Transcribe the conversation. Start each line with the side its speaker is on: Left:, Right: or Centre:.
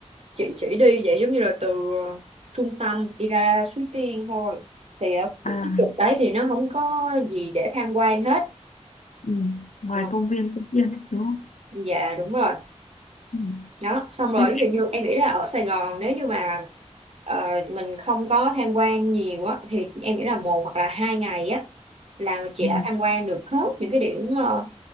Right: chị chỉ đi vậy giống như là từ ờ, trung tâm đi ra Suối Tiên thôi thì ở cái
Left: à
Right: trục đấy thì nó không có gì để tham quan hết
Left: ừ. ngoài
Right: Ờ,
Left: công viên Phúc Yên đúng không
Right: dạ đúng rồi
Left: Ừ.
Right: đó xong rồi
Left: Thế,
Right: ví dụ như em nghĩ là ở Sài Gòn nếu như mà ờ, mình không có tham quan nhiều á thì em nghĩ là một hoặc là hai ngày á là chị
Left: ừ.
Right: đã tham quan được hết những cái điểm ờ,